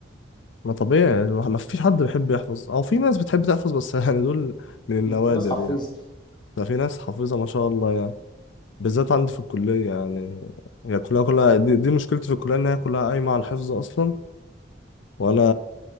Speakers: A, on the left; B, on the left.
A: ما طبيعي يعني، الواحد- ما فيش حد بيحب يحفظ أو في ناس بتحب تحفظ بس <laughs> يعني دول من النوادر
B: في ناس حفيظه
A: يعني ده في ناس حافظة ما شاء الله يعني بالذات عندي في الكلية يعني هي كلها كلها دي, دي مشكلتي في الكلية إن هي كلها قايمة على الحفظ أصلا وأنا